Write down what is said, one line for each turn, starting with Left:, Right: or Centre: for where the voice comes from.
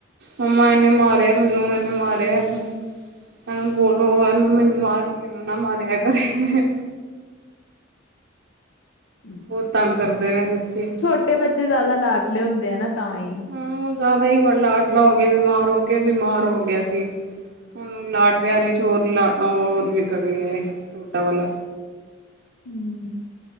Right: ਮੰਮਾ ਇਹਨੇ ਮਾਰਿਆ ਮੈਨੂੰ ਇਹਨੇ ਮਾਰਿਆ ਇਹਨੂੰ ਇਹਨੂੰ ਬੋਲੋ ਇਹਨੂੰ ਮੈਨੂੰ ਮਾਰ ਮੈਨੂੰ ਨਾ ਮਾਰਿਆ ਕਰੇ।
Left: ਹੂੰ
Right: ਬਹੁਤ ਤੰਗ ਕਰਦੇ ਨੇ ਸੱਚੀ
Left: ਛੋਟੇ ਬੱਚੇ ਜ਼ਿਆਦਾ ਲਾਡਲੇ ਹੁੰਦੇ ਆ ਨਾ ਤਾਂ ਹੀ
Right: ਹਾਂ ਉਹ ਜ਼ਿਆਦਾ ਹੀ ਲਾਡਲਾ ਹੋ ਗਿਆ ਬਿਮਾਰ ਹੋ ਕੇ ਬਿਮਾਰ ਹੋ ਗਿਆ ਸੀ ਉਹਾਨੂੰ ਲਾਡ ਪਿਆਰ ਚ ਹੋਰ ਲਾ ਹੋਰ ਵਿਗੜ ਗਿਆ ਏ ਛੋਟਾ ਵਾਲਾ।
Left: ਹਮ